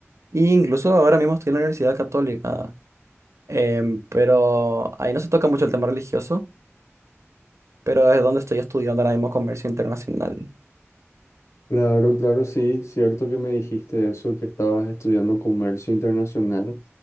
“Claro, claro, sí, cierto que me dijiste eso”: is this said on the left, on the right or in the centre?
Left